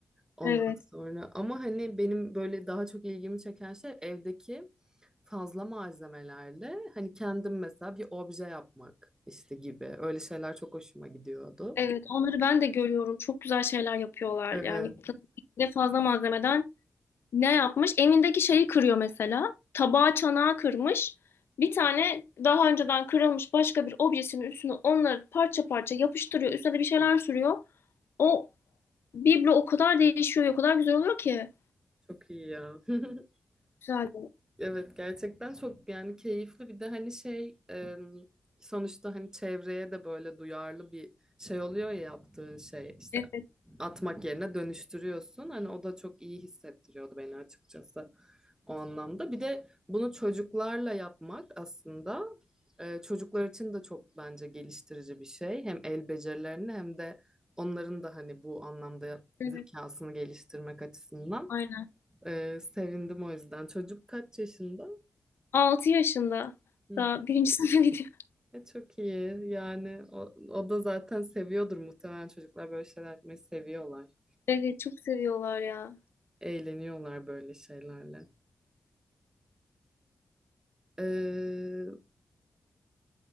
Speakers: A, on the right; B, on the left.
A: Ondan
B: Evet.
A: sonra ama hani benim böyle daha çok ilgimi çeken şey evdeki fazla malzemelerle hani kendim mesela bir obje yapmak işte gibi. Öyle şeyler çok hoşuma gidiyordu.
B: Evet, onları ben de görüyorum. Çok güzel şeyler yapıyorlar.
A: Evet,
B: Yani de fazla malzemeden ne yapmış? Evindeki şeyi kırıyor mesela. Tabağı çanağı kırmış. Bir tane daha önceden kırılmış başka bir objesinin üstüne onları parça parça yapıştırıyor. Üstüne de bir şeyler sürüyor. O biblo o kadar değişiyor, o kadar güzel oluyor ki.
A: çok iyi ya. <laughs>
B: Güzel.
A: Evet gerçekten çok yani keyifli bir de hani şey e, sonuçta hani çevreye de böyle duyarlı bir şey oluyor ya yaptığın şey işte
B: Evet, evet,
A: atmak yerine dönüştürüyorsun. Hani o da çok iyi hissettiriyordu beni açıkçası o anlamda. Bir de bunu çocuklarla yapmak aslında e, çocuklar için de çok bence geliştirici bir şey. Hem el becerilerini hem de onların da hani bu anlamda
B: evet.
A: zekasını geliştirmek açısından.
B: aynen.
A: E, sevindim o yüzden. Çocuk kaç yaşında?
B: 6 yaşında.
A: Hı.
B: Daha birinci <laughs> sınıfa gidiyor.
A: E, çok iyi. Yani o, o da zaten seviyordur muhtemelen çocuklar böyle şeyler yapmayı seviyorlar.
B: Evet, çok seviyorlar ya.
A: Eğleniyorlar böyle şeylerle. Ee,